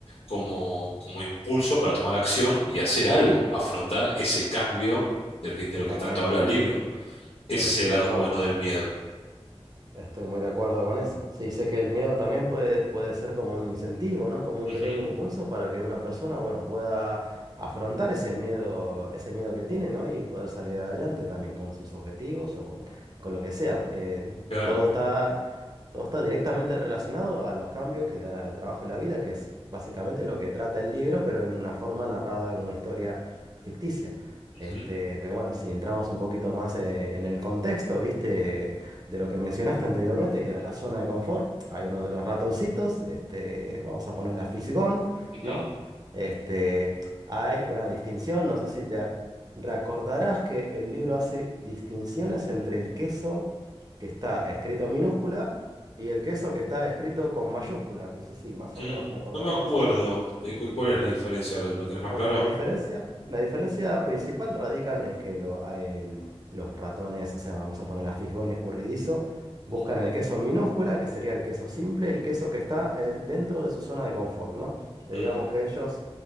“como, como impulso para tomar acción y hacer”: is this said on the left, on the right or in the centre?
Left